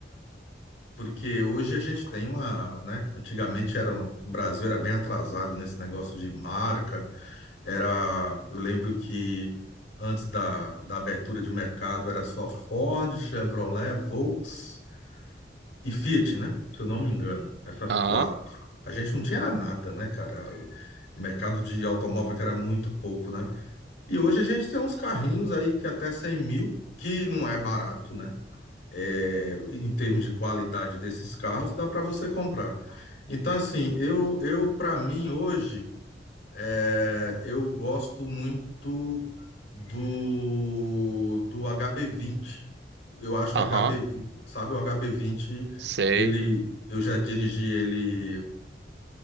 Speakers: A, on the left (about 80°); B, on the right (about 70°).
A: Porque hoje a gente tem uma, né? Antigamente era, um, o Brasil era bem atrasado nesse negócio de marca. Era, eu lembro que antes da, da abertura de mercado era só Ford, Chevrolet, Volks e Fiat, né? Se eu não me engano, essas
B: Aham,
A: quatro. A gente não tinha era nada, né, cara? O mercado de automóvel que era muito pouco, né? E hoje a gente tem uns carrinhos aí que até 100 mil, que não é barato, né? É, em termos de qualidade desses carros, dá para você comprar. Então, assim, eu, eu para mim hoje é, eu gosto muito do, do HB20. Eu acho que
B: aham,
A: o HB20, sabe, o HB20,
B: sei.
A: ele, eu já dirigi ele,